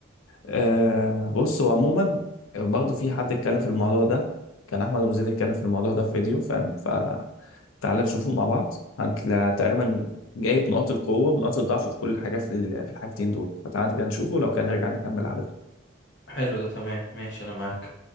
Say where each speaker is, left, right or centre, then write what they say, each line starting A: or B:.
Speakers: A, on the left; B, on the left.
A: أه بص هو عموما برضه في حد اتكلم في الموضوع ده كان احمد ابو زيد اتكلم في الموضوع ده في فيديو فاهم فتعال نشوفه مع بعض هتلاقي تقريبا جايب نقاط القوه ونقاط الضعف في كل حاجه في ال- في الحاجتين دول فتعال كده نشوفه لو كان نرجع نكمل عدد
B: حلو ده تمام ماشي أنا معاك